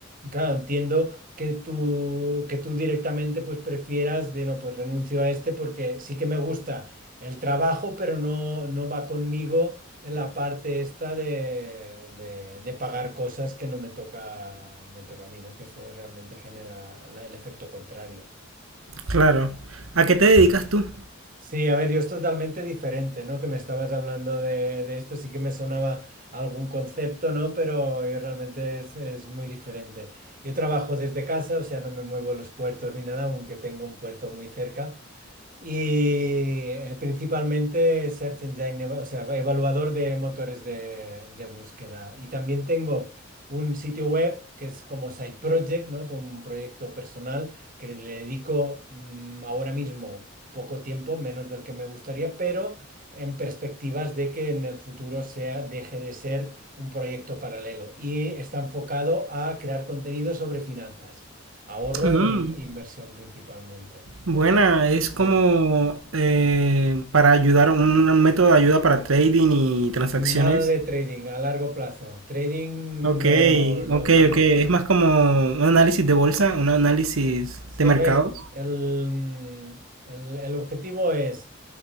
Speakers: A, on the right; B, on the right.
A: claro, entiendo que tú, que tú directamente pues prefieras de, no, pues renuncio a este porque sí que me gusta el trabajo, pero no, no va conmigo en la parte esta de, de- de pagar cosas que no me toca, me toca a mí, ¿no? Que esto realmente genera la- el efecto contrario.
B: Claro. ¿A qué te dedicas tú?
A: Sí, a ver, yo es totalmente diferente, ¿no? Que me estabas hablando de, de esto, sí que me sonaba algún concepto, ¿no? Pero yo realmente es, es muy diferente. Yo trabajo desde casa, o sea, no me muevo a los puertos ni nada, aunque tengo un puerto muy cerca. Y eh, principalmente Search Engine, Eva- o sea, evaluador de motores de, de búsqueda. Y también tengo un sitio web que es como side project, ¿no? Como un proyecto personal que le dedico mm, ahora mismo poco tiempo, menos del que me gustaría, pero en perspectivas de que en el futuro sea, deje de ser un proyecto paralelo. Y está enfocado a crear contenido sobre finanzas, ahorro
B: Mm.
A: e in- e inversión principalmente.
B: Buena, es
A: Sí.
B: como eh,
A: Mm.
B: para ayudar, un método de ayuda para trading y transacciones.
A: Nada de trading a largo plazo. Trading
B: Ok,
A: no, no,
B: ok,
A: no.
B: ok. Es más como un análisis de bolsa, un análisis
A: Sí,
B: de mercados.
A: a ver, el, el- el objetivo es